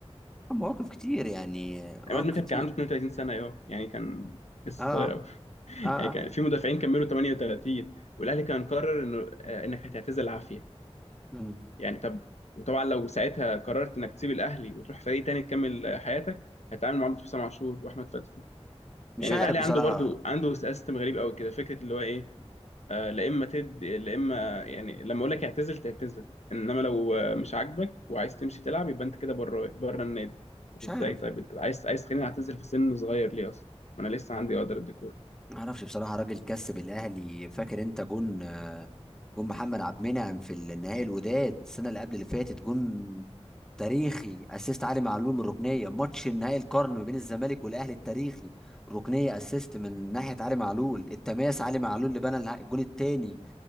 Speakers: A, in the centre; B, on the left.
A: مواقف كتير يعني مواقف
B: عماد متعب
A: كتير
B: كان عنده 32 سنة ايوه يعني كان لسه
A: اه
B: صغير قوي <laughs>
A: اه اه
B: يعني كان في مدافعين كملوا 38 والاهلي كان قرر انه آه، انك هتعتزل عافية
A: مم.
B: يعني طب وطبعا لو ساعتها قررت انك تسيب الاهلي وتروح فريق تاني تكمل آه، حياتك هتتعامل مع حسام عاشور واحمد فتحي
A: مش
B: يعني
A: عارف
B: الاهلي
A: بصراحه
B: عنده برضو عنده سيستم غريب قوي كده فكرة اللي هو ايه آه، لا اما تدي لا اما يعني لما اقول لك اعتزل تعتزل انما لو آه، مش عاجبك وعايز تمشي تلعب يبقى انت كده بره بره النادي طب
A: مش
B: ازاي
A: عارف
B: طيب انت عايز عايز تخليني اعتزل في سن صغير ليه اصلا ما انا لسه عندي اقدر ادي كوره
A: ما اعرفش بصراحه راجل كسب الاهلي فاكر انت جون آه، جون محمد عبد المنعم في النهائي الوداد السنه اللي قبل اللي فاتت جون تاريخي اسيست علي معلول من الركنيه ماتش النهائي القرن ما بين الزمالك والاهلي التاريخي ركنيه اسيست من ناحيه علي معلول التماس علي معلول اللي بنى الع- الجون الثاني